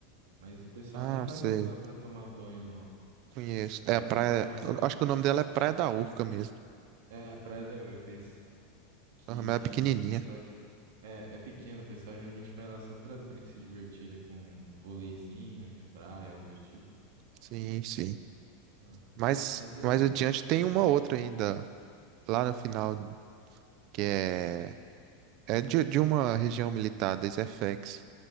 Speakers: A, on the right; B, on the right.
A: Mas o pessoal
B: Ah,
A: nem vai
B: sei,
A: muito lá pra tomar banho, não.
B: conheço.
A: É mais.
B: É a praia,
A: Tem uma até.
B: eu acho que o nome dela é Praia da Urca mesmo.
A: É, a Praia da Urca, isso. Que
B: Aham, mas
A: tem.
B: é pequenininha.
A: O pessoal. ge- É, é pequeno, o pessoal geralmente vai lá só pra brin- se divertir ali com um voleizinho de praia, algo do tipo.
B: Sim, sim.
A: Ah,
B: Mas
A: Mas é.
B: mais adiante tem uma
A: Ah,
B: outra ainda, lá no final, que é, é de, de uma região militar, da Isefex.